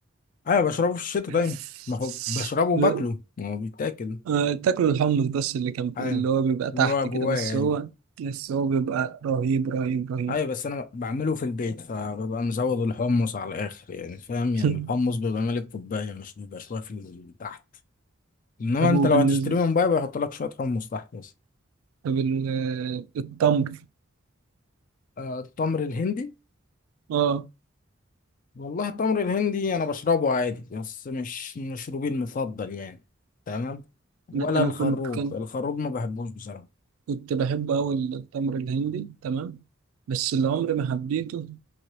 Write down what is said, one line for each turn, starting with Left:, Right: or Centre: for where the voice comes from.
Left: ايوه بشربه في الشتاء
Right: <laughs>
Left: دايما ما هو بشربه وباكله ما هو بيتاكل
Right: آه، تاكلوا الحمص بس اللي كان
Left: ايوه
Right: اللي هو بيبقى تحت
Left: اللي هو
Right: كده
Left: جوايا
Right: بس
Left: ايوه
Right: هو بس هو بيبقى رهيب رهيب رهيب
Left: ايوه بس انا بعمله في البيت فببقى مزود الحمص على الاخر يعني فاهم يعني
Right: <laughs>
Left: الحمص بيبقى ملك كوبايه مش بيبقى شويه في ال- تحت انما
Right: طب
Left: انت
Right: هو
Left: لو
Right: بالنسبة
Left: هتشتري من بره بيحط لك شويه حمص تحت بس
Right: طب ال- آه، التمر
Left: آه التمر الهندي
Right: اه
Left: والله التمر الهندي انا بشربه عادي بس مش مشروبي المفضل يعني تمام ولا
Right: أنا أنا
Left: الخروب
Right: كنت كان
Left: الخروب ما بحبوش بصراحه
Right: كنت بحب أوي التمر الهندي تمام بس اللي عمري ما حبيته